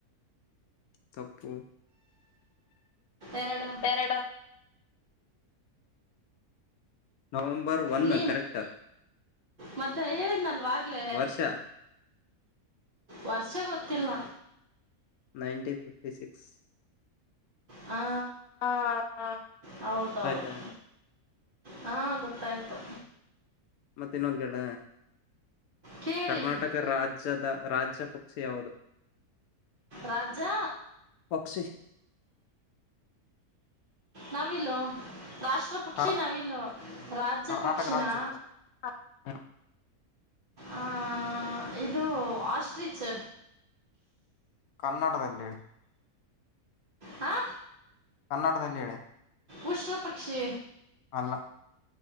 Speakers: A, on the left; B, on the right.
A: ತಪ್ಪು
B: ಎರಡು
A: ಎರಡು ನವಂಬರ್ ಒನ್
B: ನೀ
A: ಕರೆಕ್ಟ್
B: ಮತ್ತೆ ಹೇಳಿದ್ನಲ್ವಾ ಆಗ್ಲೇ
A: ವರ್ಷ
B: ವರ್ಷ ಗೊತ್ತಿಲ್ಲ
A: ನೈಂಟಿನ್ ಫಿಫ್ಟಿ ಸಿಕ್ಸ್
B: ಹಾ
A: ಹಾ ಹಾ
B: ಹೌದೌದು
A: ಆಯ್ತಾ
B: ಹಾ ಗೊತ್ತಾಯ್ತು
A: ಮತ್ತೆ ಇನ್ನೊಂದ್ ಕೇಳ
B: ಕೇಳಿ
A: ಕರ್ನಾಟಕ ರಾಜ್ಯದ ರಾಜ್ಯ ಪಕ್ಷಿ ಯಾವುದು
B: ರಾಜ್ಯ
A: ಪಕ್ಷಿ
B: ನವಿಲು ರಾಷ್ಟ್ರ ಪಕ್ಷಿ
A: ಕರ್
B: ನಾವಿಲು ರಾಜ್ಯ
A: ಕರ್ನಾಟಕ
B: ಪಕ್ಷಿನಾ
A: ರಾಜ್ಯದ್ದು ಹ್ಮ್
B: ಆ ಇದು ಆಸ್ಟ್ರಿಚ್
A: ಕನ್ನಡದಲ್ಲಿ ಹೇಳಿ
B: ಹಾ
A: ಕನ್ನಡದಲ್ಲಿ ಹೇಳೆ
B: ಉಷ್ರ ಪಕ್ಷಿ
A: ಅಲ್ಲ